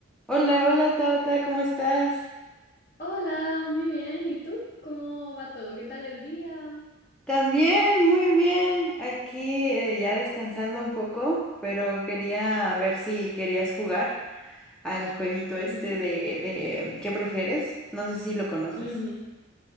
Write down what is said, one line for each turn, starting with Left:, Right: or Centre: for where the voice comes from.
Centre: Hola, hola Tabata, ¿cómo estás?
Left: Hola, muy bien. ¿Y tú? ¿Cómo va todo? ¿Qué tal el día?
Centre: También, muy bien. Aquí eh, ya descansando un poco, pero quería ver si querías jugar al jueguito este
Left: Ujú,
Centre: de, de ¿qué prefieres? No sé si lo conoces.
Left: ujú.